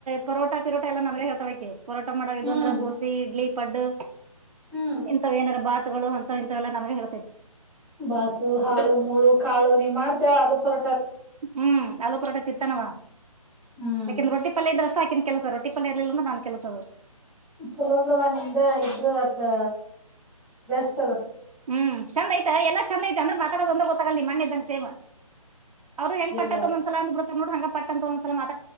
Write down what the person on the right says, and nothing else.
ಪರೋಟಾ ಪಿರೋಟ ಎಲ್ಲ ನಮ್ಗೆ ಹೇಳ್ತಳಕೆ ಪರೋಟಾ ಮಾಡಾಗದು
ಅಂದ್ರೆ ದೋಸೆ ಇಡ್ಲಿ ಪಡ್ಡು
ಇಂಥವ್ ಏನಾರ ಬಾತುಗಳು ಅಂತವ ಇಂತವ ಎಲ್ಲಾ ನನಗೆ ಹೇಳ್ತೈ
ಹ್ಮ್ ಆಲ್ಲೂ ಪರಟ ಚೀರ್ತಾನವ
ಆಕಿನ್ ರೊಟ್ಟಿ ಪಲ್ಯ ಇದ್ರಷ್ಟು ಆಕಿನ್ ಕೆಲಸ ರೊಟ್ಟಿ ಪಲ್ಯ ಇರ್ಲಿಲ್ಲ ನಾನ್ ಕೆಲಸದು
ಹ್ಮ್ ಚಂದ ಐತ ಎಲ್ಲ ಚಂದ ಐತೆ ಅಂದ್ರೆ ಮಾತಾಡೋ ಗೊತ್ತಾಗಲಿ ಮಣ್ಣ್ ಇದ್ದಂಗ ಸೇವ್ ಅವರು ಹೆಂಗಟ್ಟಂತ
ಒಂದಲ ಅಂದ ಬಿತ ನೋಡ ಹಂಗ ಪಟ್ಟ ಅಂತ ಒಂದಸಲ